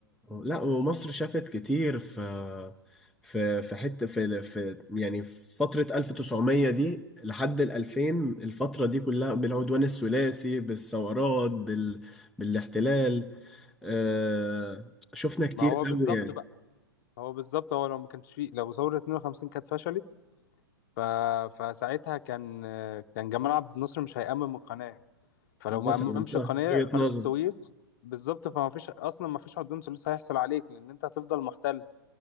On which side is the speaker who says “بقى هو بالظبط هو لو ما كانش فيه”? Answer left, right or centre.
Left